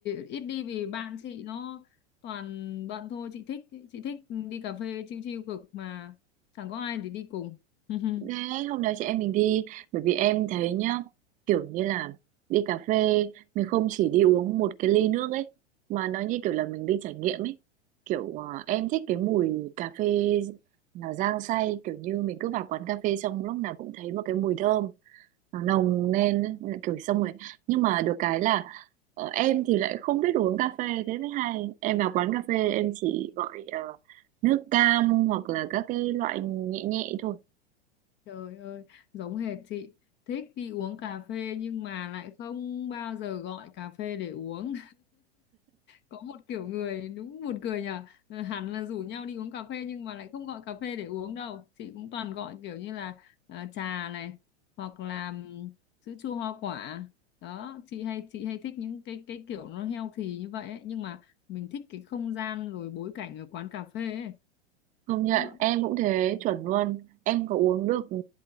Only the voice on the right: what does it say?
Đấy, hôm nào chị em mình đi, bởi vì em thấy nhá, kiểu như là đi cà phê mình không chỉ đi uống một cái ly nước ấy, mà nó như kiểu là mình đi trải nghiệm ấy. Kiểu ờ, em thích cái mùi cà phê nó rang say, kiểu như mình cứ vào quán cà phê xong lúc nào cũng thấy một cái mùi thơm, nó nồng lên ấy, nên là kiểu xong rồi nhưng mà được cái là ờ, em thì lại không biết đồ uống cà phê thế mới hay em vào quán cà phê em chỉ gọi ờ, nước cam hoặc là các cái loại nhẹ nhẹ thôi
Công nhận
em cũng thế chuẩn luôn em có uống được ừ,